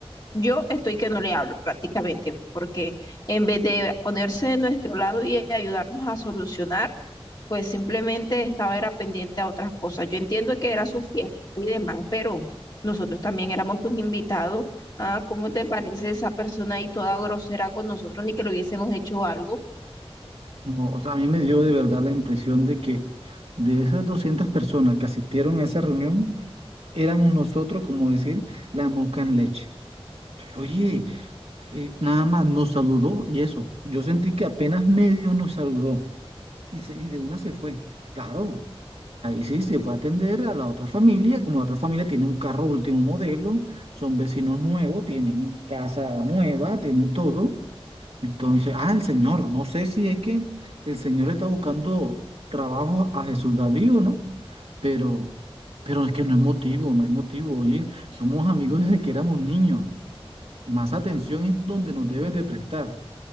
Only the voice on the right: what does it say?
No, o sea, a mí me dio de verdad la impresión de que de esas 200 personas que asistieron a esa reunión, éramos nosotros, como decir, la mosca en leche. Oye, eh, nada más nos saludó y eso. Yo sentí que apenas medio nos saludó y, se- y de una se fue. Claro, ahí sí se fue a atender a la otra familia, como la otra familia tiene un carro último modelo, son vecinos nuevos, tienen casa nueva, tienen todo. Entonces, ah, el señor, no sé si es que el señor está buscando trabajo a Jesús David o no, pero, pero es que no es motivo, no es motivo, oye, somos amigos desde que éramos niños más atención es donde nos deben de prestar.